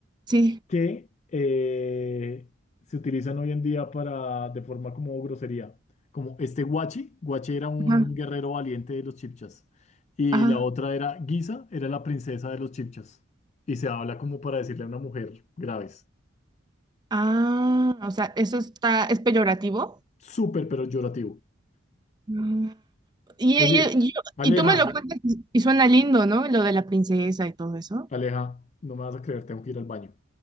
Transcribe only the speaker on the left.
que eh, se utilizan hoy en día para, de forma como grosería. Como este Guachi, Guachi era un
guerrero valiente de los Chipchas. Y
la otra era Guisa, era la princesa de los Chipchas. Y se habla como para decirle a una mujer graves.
Súper, pero llorativo.
Oye,
Aleja,
Aleja, no me vas a creer, tengo que ir al baño.